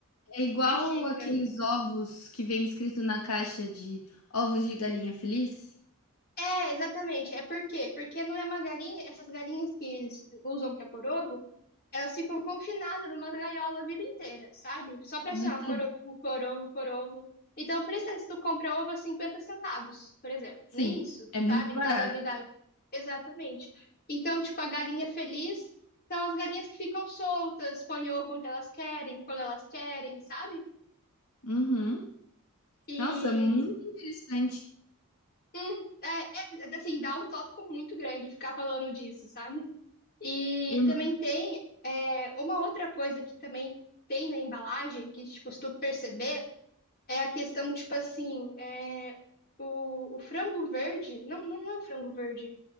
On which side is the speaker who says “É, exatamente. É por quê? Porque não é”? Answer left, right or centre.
Left